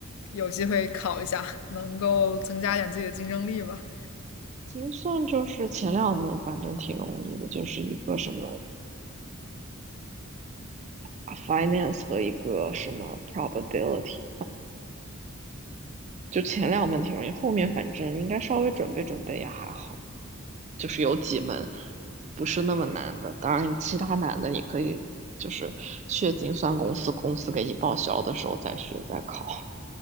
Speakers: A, on the left; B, on the right.
A: 有机会考一下，能够增加点自己的竞争力吧。
B: 精算就是前两门，反正挺容易的，就是一个什么啊 finance 和一个什么 probability，就前两门挺容易，后面反正应该稍微准备准备也还好。就是有几门不是那么难的，当然其他难的你可以就是去精算公司，公司给你报销的时候再学再考。